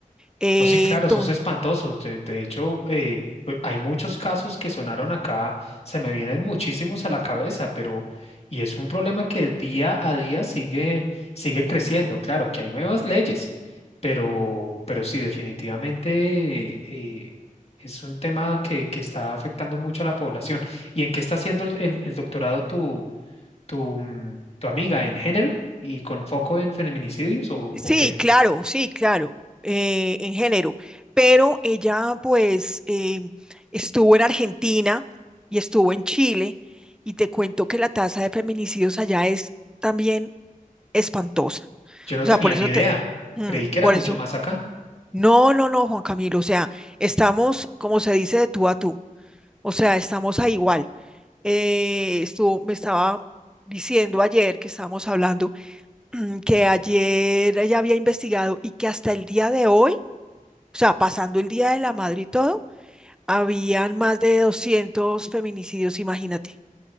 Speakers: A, in the centre; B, on the left.
A: Eh,
B: No, sí, claro,
A: entonces,
B: esos espantosos. De, de hecho, eh, pues, hay muchos casos que sonaron acá, se me vienen muchísimos a la cabeza, pero y es un problema que día a día sigue, sigue creciendo. Claro, que hay nuevas leyes, pero, pero sí, definitivamente eh, es un tema que, que está afectando mucho a la población. ¿Y en qué está haciendo el, el- el doctorado tu, tu, mm, tu amiga? ¿En género y con foco en feminicidios o,
A: sí,
B: o qué?
A: claro, sí, claro, eh, en género, pero ella pues eh, estuvo en Argentina y estuvo en Chile y te cuento que la tasa de feminicidios allá es también espantosa.
B: Yo no
A: O
B: tenía
A: sea, por eso
B: ni idea.
A: te, mm,
B: Creí que era
A: por
B: mucho
A: eso.
B: más acá.
A: No, no, no, Juan Camilo, o sea, estamos, como se dice, de tú a tú, o sea, estamos a igual. Eh, estuvo- me estaba diciendo ayer que estábamos hablando <clears throat> mm, que ayer ella había investigado y que hasta el día de hoy, o sea, pasando el Día de la Madre y todo, habían más de 200 feminicidios, imagínate.